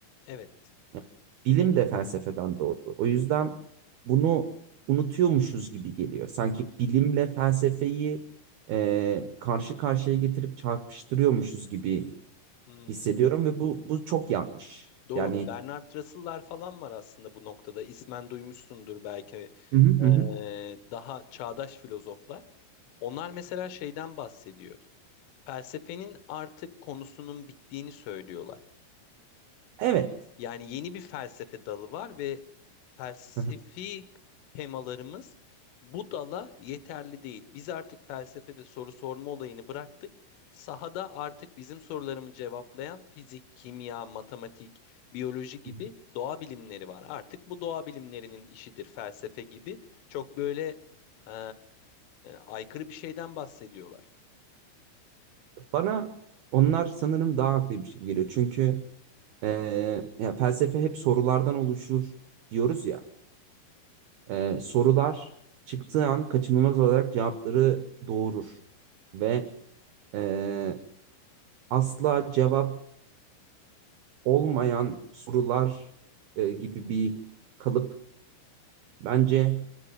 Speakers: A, on the left; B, on the right.
A: evet.
B: Yani bilim de felsefeden doğdu. O yüzden bunu unutuyormuşuz gibi geliyor. Sanki bilimle felsefeyi e, karşı karşıya getirip çarpıştırıyormuşuz gibi
A: Hmm.
B: hissediyorum ve bu bu çok yanlış.
A: Doğru.
B: Yani
A: Bernard Russell'lar falan var aslında bu noktada. İsmen duymuşsundur belki.
B: Hı hı
A: Ee,
B: hı. hı.
A: daha çağdaş filozoflar. Onlar mesela şeyden bahsediyor. Felsefenin artık konusunun bittiğini söylüyorlar.
B: evet.
A: Yani yeni bir felsefe dalı var ve felsefi
B: Hı hı.
A: temalarımız bu dala yeterli değil. Biz artık felsefede soru sorma olayını bıraktık. Sahada artık bizim sorularımı cevaplayan fizik, kimya, matematik, biyoloji gibi
B: Hı hı.
A: doğa bilimleri var. Artık bu doğa bilimlerinin işidir felsefe gibi. Çok böyle eee, aykırı bir şeyden bahsediyorlar.
B: Bana onlar sanırım daha haklıymış gibi geliyor. Çünkü e, ya felsefe hep sorulardan oluşur diyoruz ya. E, sorular çıktığı an kaçınılmaz olarak cevapları doğurur. Ve e, asla cevap olmayan sorular e, gibi bir kalıp bence